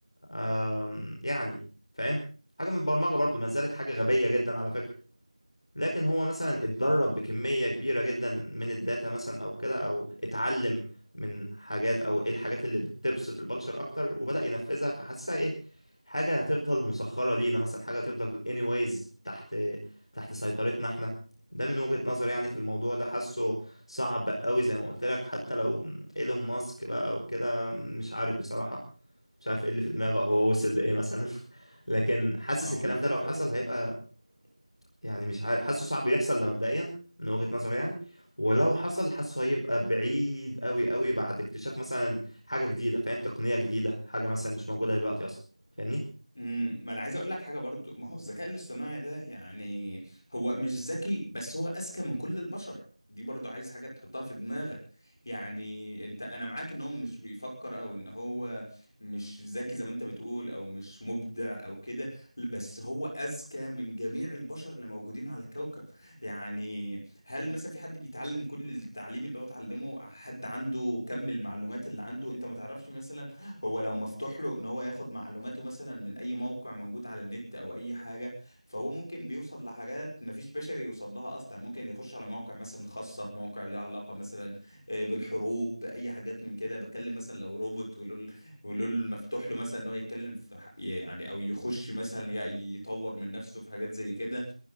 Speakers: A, on the left; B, on the left.
A: آم، يعني فاهم حاجة من البرمجة برضو ما زالت حاجة غبية جدا على فكرة لكن هو مثلا اتدرب بكمية كبيرة جدا من الداتا مثلا او كده او اتعلم من حاجات او ايه الحاجات اللي بتبسط البشر اكتر وبدأ ينفذها فحسها ايه حاجة هتفضل مسخرة لينا مثلا حاجة هتفضل anyways تحت تحت سيطرتنا احنا ده من وجهة نظري يعني في الموضوع ده حاسه صعب قوي زي ما قلت لك حتى لو ايلون ماسك بقى وكده مش عارف بصراحة مش عارف ايه اللي في دماغه هو وصل لايه مثلا <laughs> لكن حاسس
B: ما هو
A: الكلام
B: الفكرة
A: ده لو حصل هيبقى يعني مش عارف حاسه صعب يحصل ده مبدئيا من وجهة نظري يعني ولو حصل حاسه هيبقى بعيد قوي قوي بعد اكتشاف مثلا حاجة جديدة فاهم تقنية جديدة حاجة مثلا مش موجودة دلوقتي اصلا فاهمني
B: امم ما انا عايز اقول لك حاجه برضو ما هو الذكاء الاصطناعي ده يعني هو مش ذكي بس هو اذكى من كل البشر دي برضو عايز حاجه تحطها في دماغك يعني انت انا معاك ان هو مش بيفكر او ان هو مش ذكي زي ما انت بتقول او مش مبدع او كده بس هو اذكى من جميع البشر اللي موجودين على الكوكب يعني هل مثلا في حد بيتعلم كل التعليم اللي هو اتعلمه حد عنده كم المعلومات اللي عنده انت ما تعرفش مثلا هو لو مفتوح له ان هو ياخد معلوماته مثلا من اي موقع موجود على النت او اي حاجه فهو ممكن بيوصل لحاجات مفيش بشري يوصل لها اصلا ممكن يخش على مواقع مثلا خاصه مواقع ليها علاقه مثلا آه، بالحروب باي حاجات من كده بتكلم مثلا لو روبوت ولول ولول مفتوح له مثلا ان هو يتكلم في ح- يعني او يخش مثلا ي- يطور من نفسه في حاجات زي كده